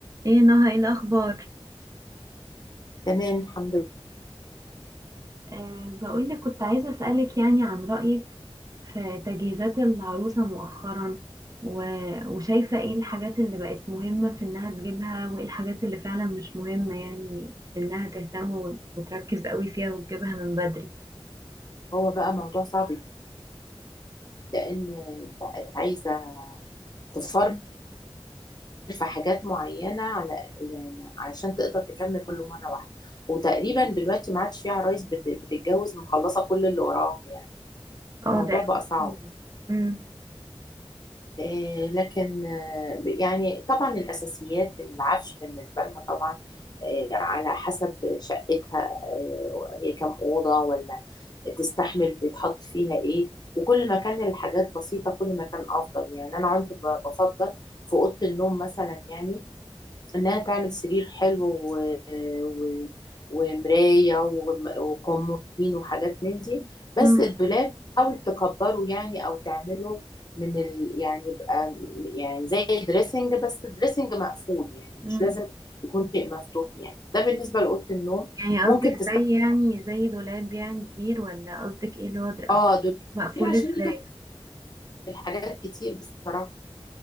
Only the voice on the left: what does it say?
تمام الحمد لله
هو بقى موضوع صعب جدا لان بقت عايزه تفرمل في حاجات معينه على يعني علشان تقدر تكمل كل مره واحده وتقريبا دلوقتي ما عادش في عرايس بت- بتتجوز مخلصه كل اللي وراها يعني
الموضوع
بقى صعب
آه، لكن آه، ب- يعني طبعا الأساسيات العفش بالنسبة لها طبعا آه، على حسب شقتها آه، هي كم أوضة ولا تستحمل تتحط فيها إيه وكل ما كان الحاجات بسيطة كل ما كان أفضل يعني أنا كنت ب- بفضل في أوضة النوم مثلا يعني انها تعمل سرير حلو و... و... ومرايه وم- وكمودين وحاجات من دي بس
الدولاب حاول تكبره يعني او تعمله من ال... يعني يبقى يعني زي دريسنج بس دريسنج مقفول يعني مش
لازم يكون شيء مفتوح يعني ده بالنسبه لاوضه النوم
ممكن
تستخدم
اه
دولاب
كتير عشان
يكفي الحاجات كتير بصراحه